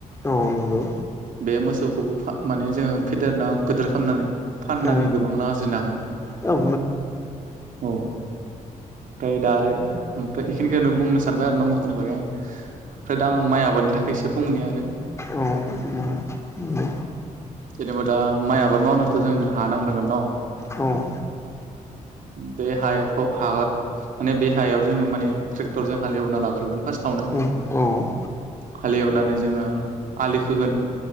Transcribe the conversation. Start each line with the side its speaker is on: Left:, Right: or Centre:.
Left: औ नंगौ
Right: बे मोसौखौबो माने जोङो फेदेरना गिदिर खालामनानै फाननानै
Left: औ
Right: गोबां रां आरजिनो हागोन
Left: औ औ
Right: औ ओमफ्राय दा ओमफ्राय बेखिनिखौनो बुंनो सानबाय आरो ना मोखौनि बागै आं ओमफ्राय दा आं माइ आबादनि थाखायसो बुंनि आरो
Left: औ उम नंगौ
Right: जेनेबा दा माइ आबाद मावनोथ' जोंनो हा नांग्रांगोन न'
Left: औ
Right: बे हायाखौ हा माने बे हायाव जोङो माने ट्रेक्टरजों हालेवना लाग्रोगोन फार्स्टआवनो।
Left: औ औ।
Right: हाल एवनानै जोङो आलि खोगोन